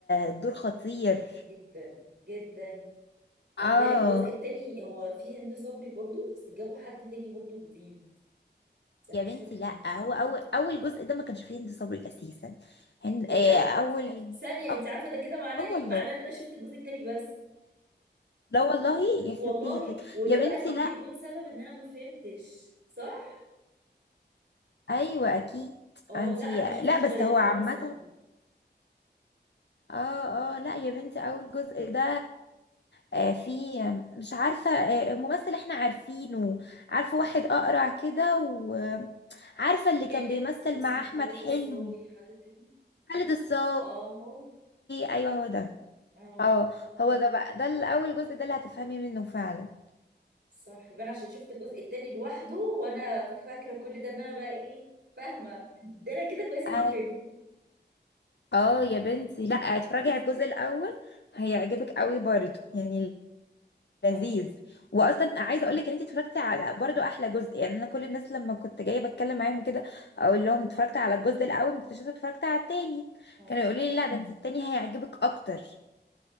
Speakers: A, on the left; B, on the right.
A: الدور خطير
B: جدا جدا انا
A: اه
B: بتهيألي الجزء التاني هو فيه هند صبري برضو بس جابوا حد تاني برضو جديد بس انا
A: يا
B: مش
A: بنتي
B: فاكره
A: لا
B: مين
A: هو اول اول جزء ده ما كانش فيه هند صبري اساسا هند
B: بجد
A: آه اول
B: ثانيه انت
A: اه
B: عارفه ده كده معناه
A: آه والله
B: ايه معناه ان انا شفت الجزء التاني بس
A: لا والله يخرب
B: والله
A: بيتك
B: وده
A: يا بنتي
B: بقى اللي ممكن
A: لا
B: يكون سبب ان انا ما فهمتش صح
A: ايوه اكيد
B: اه
A: انتي
B: لا انا ما شفتش
A: لا بس
B: غير اللي
A: هو
B: فيه
A: عامه
B: هند صبري
A: اه اه لا يا بنتي اول جزء ده آه فيه مش عارفه آه ممثل احنا عارفينه عارفه واحد اقرع كده وعارفه اللي
B: خالد
A: كان بيمثل
B: اسمه
A: مع احمد
B: خالد
A: حلمي
B: الصاوي حاجه كده
A: خالد الصاوي
B: اه هو
A: ايوه هو ده
B: اه
A: اه هو ده بقى ده الاول جزء ده اللي هتفهمي منه فعلا
B: صح يبقى انا عشان شفت الجزء التاني لوحده وانا فاكره كل ده ان انا بقى ايه فاهمه ده انا كده كويس اني
A: اه
B: فهمت
A: آه يا بنتي لا اتفرجي على الجزء الاول هيعجبك قوي برضه يعني لذيذ
B: اه
A: واصلا عايزه اقول لك ان انت اتفرجتي على برضه احلى جزء يعني انا كل الناس لما كنت جايه بتكلم معاهم كده اقول لهم اتفرجت على الجزء الاول ما كنتش لسه اتفرجت على التاني
B: اه
A: كانوا يقولوا لي لا ده انت آه. التاني هيعجبك اكتر